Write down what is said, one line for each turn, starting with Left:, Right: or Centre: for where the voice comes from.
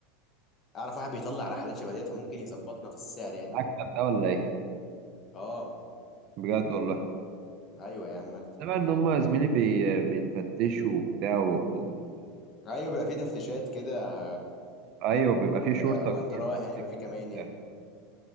Left: اعرف واحد بيطلع رحلات شبه ديت ممكن يظبطنا في السعر يعني
Right: المكتب ده ولا ايه
Left: اه
Right: بجد والله
Left: ايوه يا عم اكتب
Right: انما ان هم يا زميلي بي... بيتفتشوا وبتاع في ال... في ال...
Left: ايوه بيبقى في تفتيشات كده
Right: ايوه بيبقى في
Left: وانت
Right: شرطة
Left: وانت
Right: كتير
Left: رايح
Right: في السكة
Left: يعني بيبقى في كمان
Right: وبتاع
Left: يعني